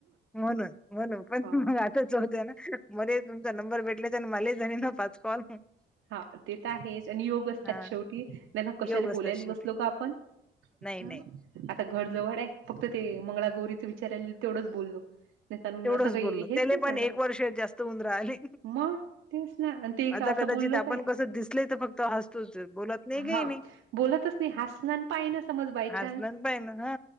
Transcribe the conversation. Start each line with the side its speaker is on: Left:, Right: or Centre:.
Centre: म्हणून म्हणून पण
Right: हा
Centre: मग आताच होतय ना मध्ये तुमचा नंबर भेटल्याचा आणि मला झाणी ना पा <inaudible>
Right: हा ते तर आहेच आणि योग असतात
Centre: हा
Right: शेवटी त्यांना कशाला
Centre: योग असतात
Right: बोलायला
Centre: शेवटी
Right: बसलो का आपण.
Centre: नाही
Right: हा
Centre: नाही.
Right: आता घर जवळ आहे फक्त ते मंगळागौरीच विचार आला तेवढंच बोललो. नाही
Centre: तेवढंच
Right: असं काही
Centre: बोललो
Right: हेच
Centre: त्याला
Right: नाही
Centre: पण
Right: पडलं
Centre: एक वर्ष जास्त उंदरं आली.
Right: मग तेच ना आणि ते
Centre: आता
Right: का असं
Centre: कदाचित
Right: बोललो
Centre: आपण
Right: काय
Centre: कसं दिसल तर फक्त हसतोच बोलत नाही
Right: हा
Centre: घे नाही.
Right: बोलतच नाही हसणार पाहि ना समज बाय
Centre: हजन
Right: चान्स
Centre: प ना हा